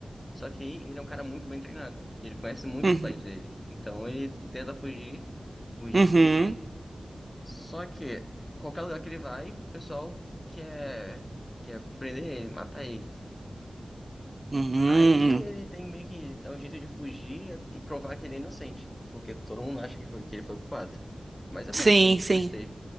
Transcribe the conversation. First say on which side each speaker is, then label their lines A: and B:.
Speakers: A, on the left; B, on the right.
A: Só que aí ele é um cara muito bem treinado. E ele conhece muito
B: Uhum.
A: do país dele. Então ele tenta fugir, fugir,
B: Uhum.
A: fugir. Só que qualquer lugar que ele vai, o pessoal quer, quer prender ele, matar ele.
B: Uhum.
A: Aí ele tem meio que dar um jeito de fugir e provar que ele é inocente, porque todo mundo acha que, foi- que ele foi culpado. Mas é
B: Sim,
A: bom, assim,
B: sim.
A: gostei.